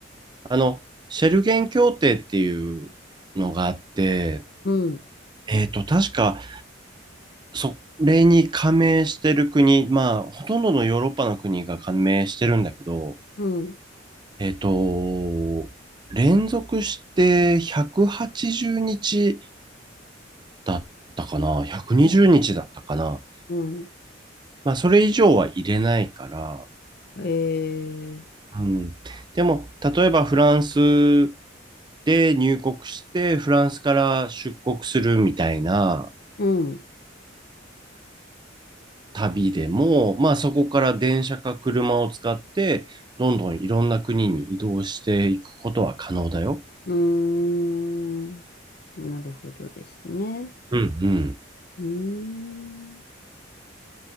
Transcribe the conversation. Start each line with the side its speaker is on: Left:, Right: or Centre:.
Right: あの、シェルゲン協定っていうのがあって、
Left: うん、
Right: えーっと、確か、それに加盟してる国、まあ、ほとんどのヨーロッパの国が加盟してるんだけど、
Left: うん、
Right: えーっと、連続して180日だったかな。120日だったかな。
Left: うん、う
Right: まあ、それ以上は入れないから。
Left: んえー、
Right: うん。でも、例えばフランスで入国して、フランスから出国するみたいな
Left: うん、
Right: 旅でも、まあ、そこから電車か車を使って、どんどんいろんな国に移動していくことは可能だよ。
Left: うーん、なるほどですね。
Right: うんうん。
Left: うーん、